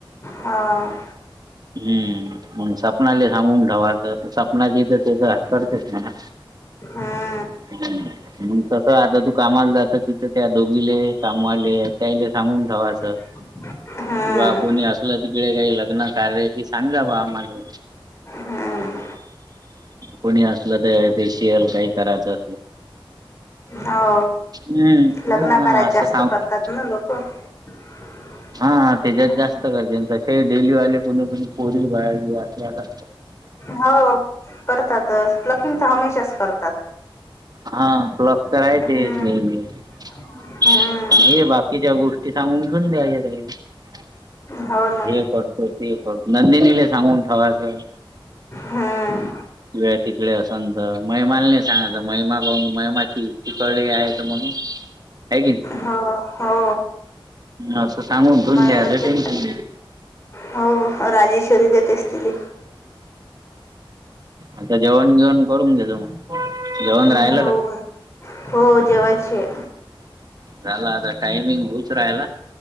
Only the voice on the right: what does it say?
हम्म सपना ले सांगून ठेवा. सपना जिथं ते तर करतेच म्हणा
<unintelligible> मग तस आता तू कामाला जात तिथं त्या दोघीले कामवाले ताईले सांगून ठेव असं
की बा कोणी असलं तिकडे काही लग्नात कार्य की सांगा बा आमाले
कोणी असलं तर शेअर काही करायचं
हम्म
हा
असं
सांग
हां त्याच्यात
जास्त करजेन तसे डेली वाले कोणी कोणी पोरी बाल्या जे आपले आता
हां प्लग तर आहे
ते नेहमी पन
हे बा किच्या गोष्टी सांगून ठेवून द्यायच्या त्या
हे करतो ते कर नंदिनी ले सांगून ठेवायचं
तुझ्या तिकडे असंतर मय माल नाही सांगयच महिमागून महिमाची पिकळले आहे म्हणून आहे की नाई
आसं सांगून ठेवुनी
द्यायचं टेन्शन नाही
आता जेवण, जेवण करून घेजो मग जेवण
राहिलं
का
झाला आता टायमिंग हुउचरायला